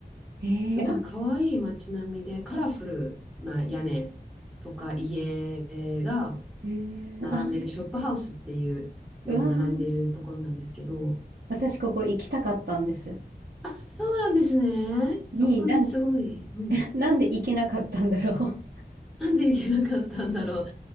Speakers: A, on the right; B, in the centre.
A: えー、
B: すごい可愛い街並みでカラフルな屋根とか家が
A: あ、えー、
B: 並んでるショップハウスっていうのが並んでるところなんですけど、
A: あ、うわー、私ここ行きたかったんです。
B: あ、そうなんですね。そこね、
A: に、なん
B: すごい。うん。
A: なんで行けなかったんだろう。
B: なんで行けなかったんだろう。